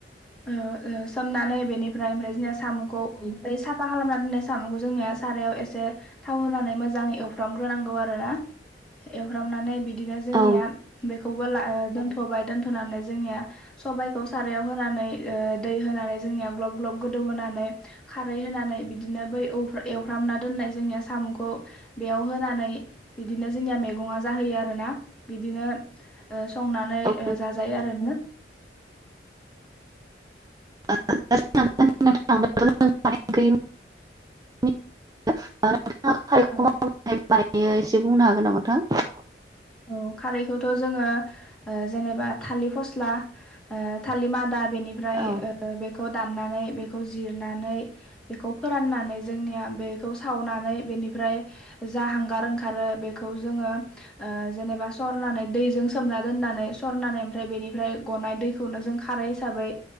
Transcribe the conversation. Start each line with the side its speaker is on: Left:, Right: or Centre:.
Centre: ओ ओ सोमनानै बेनिफ्राय ओमफ्राय जोंनो साम'खौ मफ्राय साफा खालामना दोननाय साम'खौ जोंनिया सारायाव एसे थाव होनानै मोजाङै एवफ्रामग्रोनांगौ आरो ना एवफ्रामनानै बिदि बिदिनो जोंनिया
Right: औ
Centre: बे खौबोलाओ दोनथ'बाय दोनथ'नानै जोंनिया सबायाइखौ सारायाव होनानै ओ दै होनानै जोंनिया ग्लब ग्लब गोदौहोनानै खारै होनानै बिदिनो बै एवफ्रामना दोननाय जोंनिया साम'खौ बेयाव होनानै बिदिनो जोंनिया मैगङा जाहोयो आरोना बिदिनो ओ संनानै
Right: औ
Centre: ओ जाजायो आरो ना।
Right: <unintelligible> <unintelligible> एसे बुंनो हागोन
Centre: औ
Right: नामा नोंथां
Centre: औ खारैखौथ जोङो जेनेबा थालिर फस्ला थालिर मादा बेनिफ्राय
Right: औ
Centre: बेखौ दान मोननानै बेखौ जिरनानै बेखौ फोराननानै जोंनिया बेखौ सावनानै बेनिफ्राय जा हांगार ओंखारो बेखौ जोङो ओ जेनेबा सरनानै दैजों सोमना दोननानै सरनानै ओमफ्राय बेनिफ्राय गनाय दैखौनो जों खारै हिसाबै